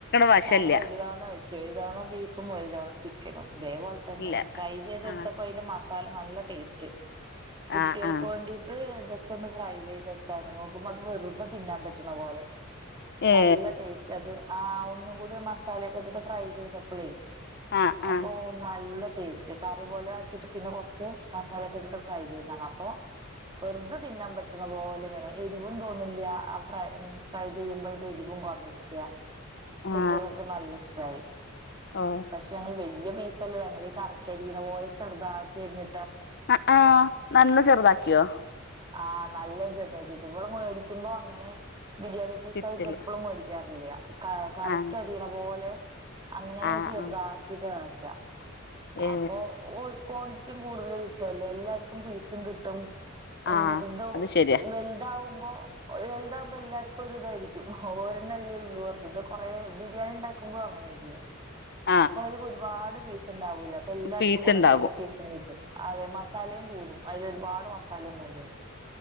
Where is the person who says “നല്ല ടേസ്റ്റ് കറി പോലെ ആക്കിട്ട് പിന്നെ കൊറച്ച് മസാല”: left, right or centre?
Right